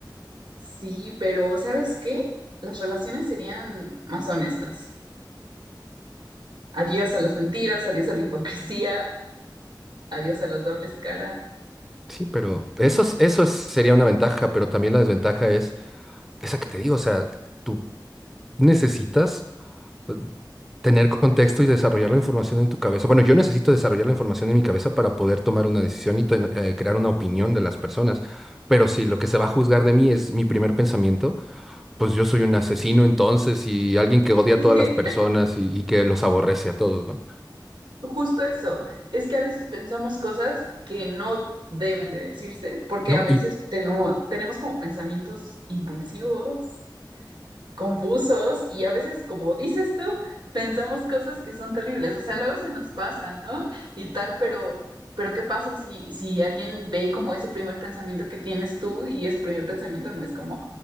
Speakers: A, on the right; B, in the centre.
A: Sí, pero ¿sabes qué? Las relaciones serían más honestas. Adiós a las mentiras, adiós a la hipocresía, adiós a las dobles caras.
B: Sí, pero eso, es- eso es- sería una ventaja, pero también la desventaja es esa que te digo, o sea, tú necesitas eh, tener contexto y desarrollar la información en tu cabeza. Bueno, yo necesito desarrollar la información en mi cabeza para poder tomar una decisión y to- eh, crear una opinión de las personas. Pero si lo que se va a juzgar de mí es mi primer pensamiento, pues yo soy un asesino entonces y alguien que odia
A: Es
B: a todas
A: que
B: las personas y, y que los aborrece a todos, ¿no?
A: justo eso, es que a veces pensamos cosas que no deben de decirse, porque
B: No,
A: a veces
B: y
A: tenemos, tenemos como pensamientos impulsivos confusos y a veces, como dices tú, pensamos cosas que son terribles, o sea, luego se nos pasa, ¿no? Y tal, pero, pero ¿qué pasa si, si alguien ve como ese primer pensamiento que tienes tú y ese primer pensamiento no es como